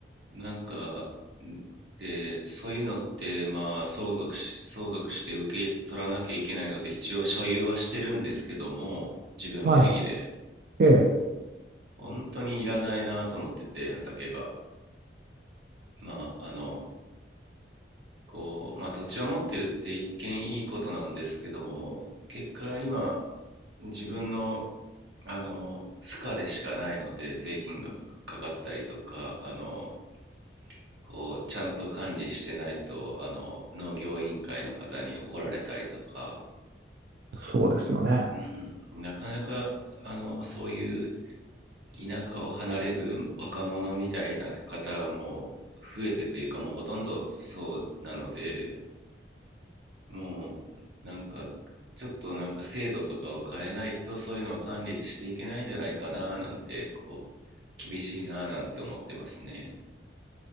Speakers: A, on the right; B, on the right.
A: なんか、で、そういうのって、まあ、相続し、相続して受け取らなきゃいけないので、一応所有はしてるんですけども、自分名義で。
B: はい、ええ
A: 本当にいらないなと思ってて、畑が。まあ、あの、こう、まあ、土地を持ってるって一見いいことなんですけども、結果今、自分の、あの、負荷でしかないので、税金がかかったりとか、あの、こうちゃんと管理してないとあの農業委員会の方に怒られたりとか、
B: そうですよね。
A: うん、なかなかあのそういう田舎を離れる若者みたいな方も増えてというかもうほとんどそうなのでもうなんかちょっとなんか制度とかを変えないとそういうのは管理していけないんじゃないかななんてこう厳しいななんて思ってますね。